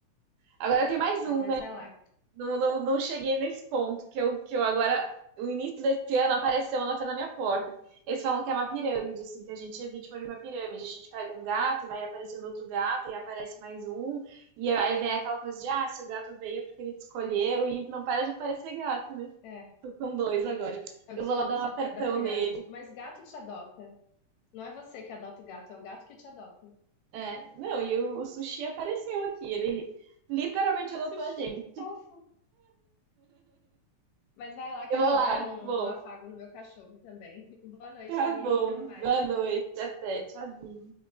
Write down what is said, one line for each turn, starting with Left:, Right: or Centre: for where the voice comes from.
Right: Agora tem mais
Left: Ah,
Right: um,
Left: mas
Right: né?
Left: vai lá.
Right: Não, não, não cheguei nesse ponto que eu, que eu agora. O início desse ano apareceu na na minha porta. Eles falam que é uma pirâmide, assim, que a gente é vítima de uma pirâmide. A gente pega um gato e vai aparecendo outro gato, e aparece mais um, e aí vem aquela coisa de, ah, se o gato veio é porque ele te escolheu, e não para de aparecer gato, né?
Left: É,
Right: Tô com dois agora.
Left: é o
Right: Eu
Left: discurso
Right: vou lá dar um apertão
Left: da, da pirâmide.
Right: nele.
Left: Mas gato te adota. Não é você que adota o gato, é o gato que te adota.
Right: É, não, e o, o sushi apareceu aqui. Ele literalmente
Left: Ai,
Right: adotou
Left: sushi,
Right: a gente.
Left: que fofo. Mas vai lá que
Right: Eu
Left: eu
Right: vou
Left: vou
Right: lá,
Left: dar um,
Right: vou.
Left: um afago no meu cachorro também. <laughs> Boa noite,
Right: Tá
Left: Lenise.
Right: bom.
Left: Até mais.
Right: Boa noite. Até. Tchauzinho.